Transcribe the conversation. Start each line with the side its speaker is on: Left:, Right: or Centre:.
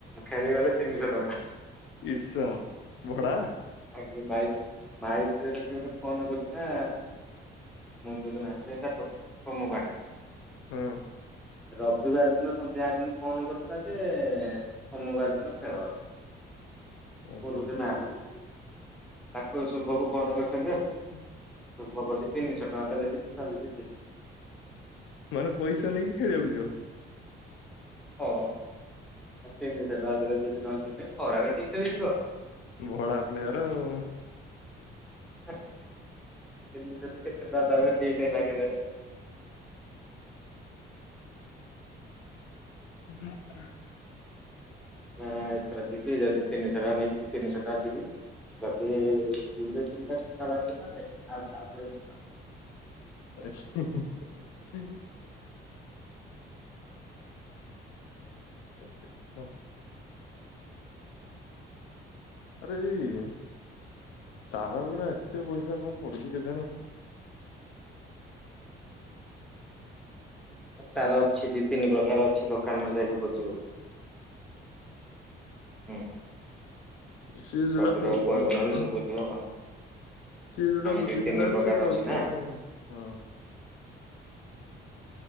Centre: ଖେଳିଗଲେ ତିନିଶହ ଟଙ୍କା।
Left: ଇଷ ଭଡ଼ା।
Centre: <unintelligible> ଯଦି ମତେ ଫୋନ କରିଥା ମୁଁ ଯୋଉଦିନ ଆସିବାଟା ସୋମବାରେ ।
Left: ହଁ।
Centre: ରବିବାର ଦିନ ସନ୍ଧ୍ୟା ଆସିକି ଫୋନ କରିଥିଲା ଯେ ସୋମବାର ଦିନ ଖେଳ ଅଛି।
Left: ଓହୋ।
Centre: ମୁଁ ଯୋଜନା ଆଜି କରିଚି ତାକୁ ଶୁଭକୁ ଫୋନ <unintelligible>
Left: ହୁଁ।
Centre: ଶୁଭ କହିଚି ତିନିଶହ ଟଙ୍କା ଦେଲେ ଯିବି ନହେଲେ ଯିବିନି।
Left: ମାନେ ପଇସା ନେଇକି ଖେଳିବାକୁ ଯିବ।
Centre: ହଁ। ତିନିଶହ ଟଙ୍କା ଦେଲେ ଯିବି ନହେଲେ ଯିବିନି ଖରାରେ କିଏ ଖେଳିଯିବ
Left: ଭଡ଼ା ପ୍ଲେୟର ଆଉ। <inaudible>
Centre: <unintelligible> ସେ ନିଜର କେତେ <unintelligible>
Left: ହୁଁ ହୁଁ।
Centre: ନା ଏଥର ଯିବି ଯଦି ତିନିଶହ ଟଙ୍କା ନେଇକି ତିନିଶହ ଟଙ୍କା ଯିବି। ଯଦି ଦୁଇରେ ତିନିଟା ଛକା ବାଜିଗଲା ଦେନ୍ ଆଉ ଆଉଥରେ ଯିବି।
Left: <unintelligible> <unintelligible> ଆରେ ଏଇ। ତାର ଗୁଡ଼ା ଏତେ ପଇସା କଣ ପଡୁଛି କେଜାଣି।
Centre: ତାର ଅଛି ଦି ତିନି ପ୍ରକାର ଅଛି ଦୋକାନରେ ଯାଇକି ବୁଝିବୁ। ହୁଁ।
Left: ସେ ଯେଟା
Centre: ବବିରକୁ
Left: ପବ୍ଲିକ
Centre: କହିବୁ ନହେଲେ
Left: --
Centre: ସେ ବୁଝିବ ହଁ
Left: ସିଏ ଯୋଉଟା ବୁଝିଥିଲା
Centre: ଦି ତିନି ପ୍ରକାର
Left: ସେ କହୁଛି
Centre: ଅଛି ନା।
Left: ହଁ।